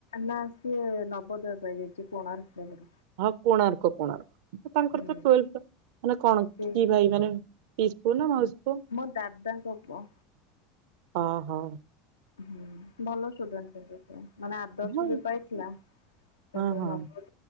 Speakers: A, on the left (about 85°); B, on the right (about 65°).
A: ନା ସିଏ ନବଦୟ ପାଇଯାଇଛି କୋଣାର୍କ ରେ।
B: ହଁ କୋଣାର୍କ କଣ ତାଙ୍କର
A: ହୁଁ
B: ଟୁୱେଥ ମାନେ କଣ
A: ସେ
B: କି ଭାଇ କଣ ପିସି ପୁଅ ନା ମାଉସୀ ପୁଅ?
A: ମୋ ଦାଦା ଙ୍କ ପୁଅ।
B: ହଁ ହଁ।
A: ହୁଁ ଭଲ ଷ୍ଟୁଡେଣ୍ଟ କିନ୍ତୁ ମାନେ ଆଦର୍ଶ
B: ହଁ
A: ବି ପାଇଥିଲା
B: ହଁ
A: ତାପରେ
B: ହଁ
A: ନବ